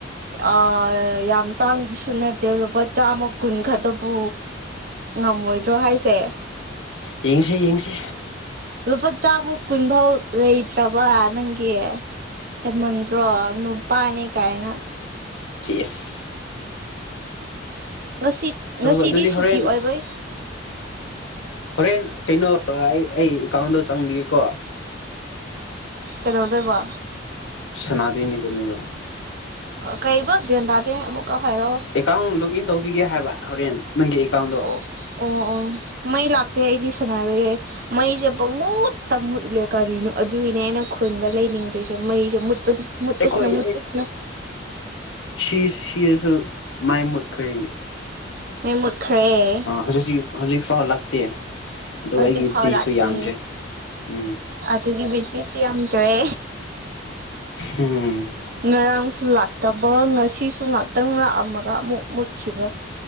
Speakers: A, on the right (about 50°); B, on the left (about 75°).
A: ꯑ ꯌꯥꯝ ꯇꯥꯡꯕꯁꯨ ꯅꯠꯇꯦ ꯂꯨꯄꯥ ꯆꯥꯝꯃ ꯀꯨꯟ ꯈꯠꯇꯄꯨ ꯉꯝꯃꯣꯏꯗ꯭ꯔꯣ ꯍꯥꯏꯁꯦ
B: ꯌꯦꯡꯁꯦ ꯌꯦꯡꯁꯦ
A: ꯂꯨꯄꯥ ꯆꯥꯃꯨꯛ ꯀꯨꯟꯕꯥꯎ ꯂꯩꯇ꯭ꯔꯕ ꯅꯪꯒꯤ ꯍꯦꯟꯃꯟꯗ꯭ꯔꯣ ꯅꯨꯄꯥꯅꯤ ꯀꯥꯏꯅ
B: ꯆꯦꯁ
A: ꯉꯁꯤ ꯉꯁꯤꯗꯤ
B: ꯑꯗꯨꯗꯤ
A: ꯁꯨꯇꯤ
B: ꯍꯣꯔꯦꯟ
A: ꯑꯣꯏꯕꯩ
B: ꯍꯣꯔꯦꯟ ꯀꯩꯅꯣ ꯑꯩ ꯑꯩ ꯑꯦꯀꯥꯎꯟꯗꯣ ꯆꯪꯕꯤꯌꯨꯀꯣ
A: ꯀꯩꯗꯧꯗꯣꯏꯕ
B: ꯁꯅꯥꯗꯣꯏꯅꯤ ꯀꯔꯤꯔ
A: ꯀꯩꯕ ꯒ꯭ꯌꯥꯟ ꯇꯥꯗꯦ ꯑꯃꯨꯛꯀ ꯍꯥꯏꯔꯛꯑꯣ
B: ꯑꯦꯀꯥꯎꯟ ꯂꯣꯛꯏꯟ ꯇꯧꯕꯤꯒꯦ ꯍꯥꯏꯕ ꯍꯣꯔꯦꯟ ꯅꯪꯒꯤ ꯑꯦꯀꯥꯎꯟꯗꯣ
A: ꯑꯣ ꯑꯣ ꯑꯣ ꯃꯩ ꯂꯥꯛꯇꯦ ꯑꯩꯗꯤ ꯁꯥꯟꯅꯔꯣꯏꯌꯦ ꯃꯩꯁꯦ ꯄꯡ ꯃꯨꯠꯇ ꯃꯨꯠꯂꯦ ꯀꯔꯤꯅꯣ ꯑꯗꯨꯒꯤꯅꯦ ꯑꯩꯅ ꯈꯨꯟꯗ ꯂꯩꯅꯤꯡꯗꯔꯤꯁꯦ ꯃꯩꯁꯦ ꯃꯨꯠꯄ ꯃꯨꯠꯄꯁꯤꯅ
B: ꯑꯩꯈꯣꯏ
A: ꯃꯨꯠꯄꯁꯤꯅ
B: ꯁꯤ ꯁꯤꯗꯁꯨ ꯃꯩ ꯃꯨꯠꯈ꯭ꯔꯦ
A: ꯃꯩ ꯃꯨꯠꯈꯔꯦ
B: ꯍꯧꯖꯤꯛꯁꯨ ꯍꯧꯖꯤꯛꯐꯥꯎ ꯂꯥꯛꯇꯦ ꯑꯗꯣ
A: ꯍꯧꯖꯤꯛ
B: ꯑꯩꯒꯤ
A: ꯐꯥꯎ
B: ꯕꯦꯇꯔꯤꯁꯨ
A: ꯂꯥꯛꯇꯦ
B: ꯌꯥꯝꯗ꯭ꯔꯦ ꯎꯝ
A: ꯑꯗꯨꯒꯤ ꯕꯦꯇꯔꯤꯁꯤ ꯌꯥꯝꯗꯔꯦ
B: ꯎꯝ
A: ꯉꯔꯥꯡꯁꯨ ꯂꯥꯛꯇꯕ ꯉꯁꯤꯁꯨ ꯉꯥꯛꯇꯪ ꯂꯥꯛꯑꯝꯃꯒ ꯑꯃꯨꯛ ꯃꯨꯠꯈꯤꯕ